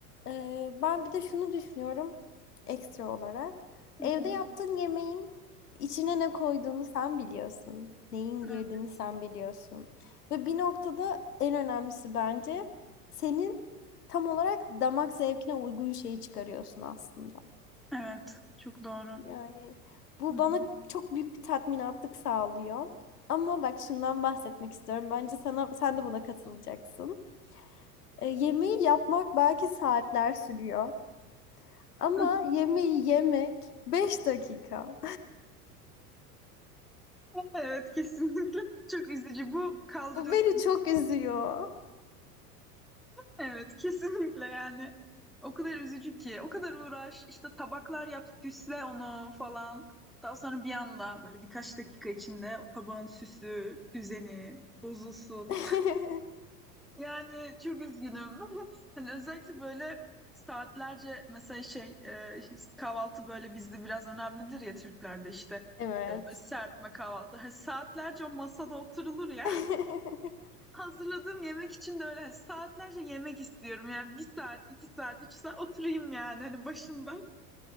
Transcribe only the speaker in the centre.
Hı hı.
<laughs>
Evet çok doğru.
Hı hı.
<laughs>
Evet kesinlikle çok üzücü bu kaldırılsın.
Evet kesinlikle yani. O kadar üzücü ki. O kadar uğraş işte tabaklar yap süsle onu falan. Daha sonra bir anda böyle birkaç dakika içinde o tabağın süsü, düzeni bozulsun.
<laughs> Yani çok üzgünüm. <laughs> Hani özellikle böyle saatlerce mesela şey e, şey, kahvaltı böyle bizde biraz önemlidir ya Türklerde işte.
E, böyle serpme kahvaltı. Hani saatlerce o masada oturulur ya
hazırladığım yemek için de öyle hani saatlerce yemek istiyorum. Yani bir saat, iki saat, üç saat oturayım yani hani başında. <laughs>